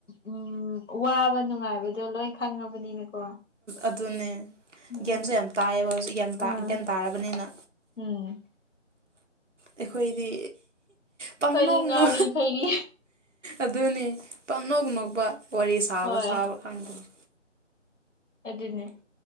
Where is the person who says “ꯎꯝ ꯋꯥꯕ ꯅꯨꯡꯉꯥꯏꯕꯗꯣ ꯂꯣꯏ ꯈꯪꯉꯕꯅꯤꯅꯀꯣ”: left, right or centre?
Left